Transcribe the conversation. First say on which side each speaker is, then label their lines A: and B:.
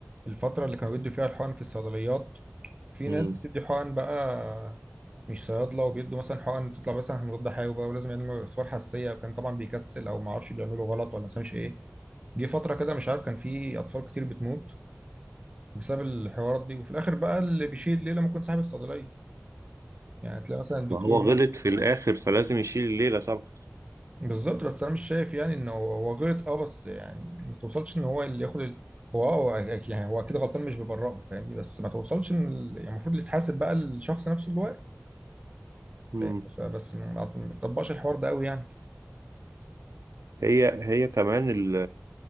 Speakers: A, on the right (about 25°); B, on the right (about 80°).
A: الفتره اللي كانوا بيدوا فيها الحقن في الصيدليات في
B: مم.
A: ناس بتدي حقن بقى مش صيادله وبيدوا مثلا حقن تطلع مثلا مضاد حيوي بقى ولازم يعملوا اختبار حساسيه وكان طبعا بيكسل او ما اعرفش بيعملوا غلط ولا مش ايه جه فتره كده مش عارف كان في اطفال كتير بتموت بسبب الحوارات دي وفي الاخر بقى اللي بيشيل الليله ممكن صاحب الصيدليه يعني تلاقي مثلا الدكتور
B: ما هو غلط في الآخر فلازم يشيل الليلة طبعا
A: بالظبط بس انا مش شايف يعني انه هو غلط اه بس يعني ما توصلش ان هو اللي ياخد ال... هو اه هو أك- يعني هو اكيد غلطان مش ببرئه فاهمني بس ما توصلش ان ال... يعني المفروض اللي يتحاسب بقى الشخص نفسه اللي واقف
B: مم.
A: فاهم؟ ف- بس ما ما بتطبقش الحوار ده قوي يعني
B: هي هي كمان ال